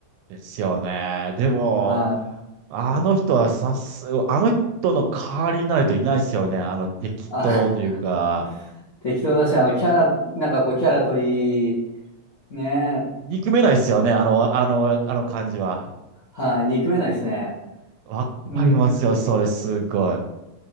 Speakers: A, on the right (about 75°); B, on the left (about 60°).
A: ですよね。でも、
B: はい。
A: あの人はさす、あの人の代わりになる人いないですよね。あの適当というか、
B: あ、<laughs> 適当だし、あのキャラ、なんかこうキャラといい、ね。
A: 憎めないですよね。あの、あの、あの感じは。
B: はい。憎めないですね。
A: わかりますよ、
B: うん。
A: それ、すごい。